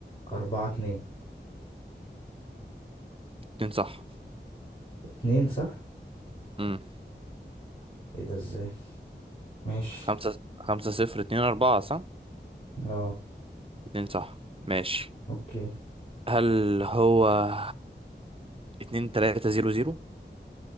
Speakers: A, on the left; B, on the right.
A: اربعة اتنين
B: اتنين صح
A: اتنين صح
B: امم
A: ايه ده ازاي ماشي
B: خمسة خمسة صفر اتنين أربعة صح
A: اه
B: اتنين صح ماشي
A: اوكي
B: هل هو اتنين تلاتة زيرو زيرو